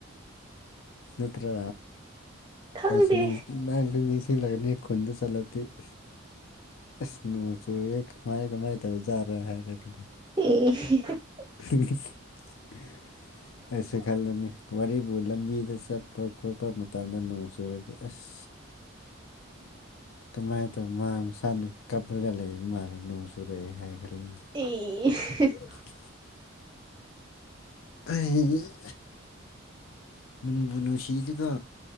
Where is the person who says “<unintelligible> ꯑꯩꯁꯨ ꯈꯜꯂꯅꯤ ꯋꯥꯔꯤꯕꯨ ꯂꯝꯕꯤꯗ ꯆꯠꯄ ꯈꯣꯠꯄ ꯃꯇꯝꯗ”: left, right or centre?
Left